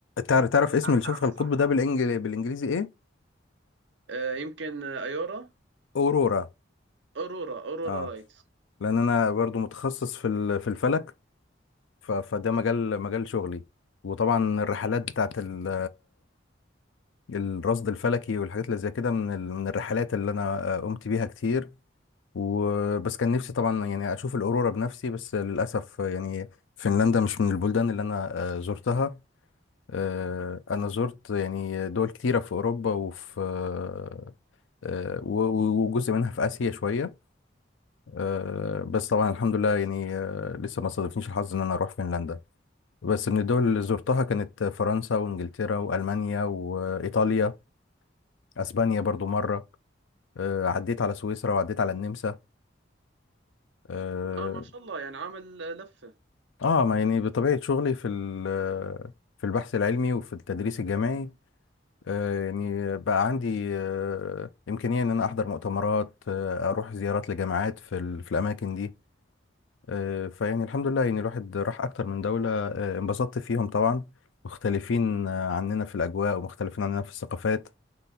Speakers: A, on the left; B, on the right.
A: تع- تعرف اسم الشفق
B: تعرف
A: القطب
B: اسم الشفق
A: ده بالإنجلي... بالانجليزي ايه
B: آه، يمكن آه، أيورا
A: اورورا
B: أورورا أورورا
A: اه
B: لايتس
A: لان انا برضو متخصص في ال- في الفلك ف- فده مجال مجال شغلي وطبعا الرحلات بتاعت ال- الرصد الفلكي والحاجات اللي زي كده من ال- من الرحلات اللي انا قمت بيها كتير وبس كان نفسي طبعا يعني اشوف الاورورا بنفسي بس للاسف يعني فنلندا مش من البلدان اللي انا آه، زرتها آه، انا زرت يعني دول كتيره في اوروبا وفي آه، آه، و- و- وجزء منها في اسيا شويه آه، بس طبعا الحمد لله يعني آه، لسه ما صادفنيش الحظ ان انا اروح فنلندا بس من الدول اللي زرتها كانت فرنسا وانجلترا والمانيا وايطاليا اسبانيا برضو مره آه، عديت على سويسرا وعديت على النمسا اه
B: آه ما شاء الله يعني عامل آه، لفة
A: آه، ما يعني بطبيعه شغلي في ال- في البحث العلمي وفي التدريس الجامعي آه، يعني بقى عندي آه، امكانيه ان انا احضر مؤتمرات آه، اروح زيارات لجامعات في ال- في الاماكن دي آه، فيعني الحمد لله يعني الواحد راح اكتر من دوله آه، انبسطت فيهم طبعا مختلفين آه، عننا في الاجواء ومختلفين عننا في الثقافات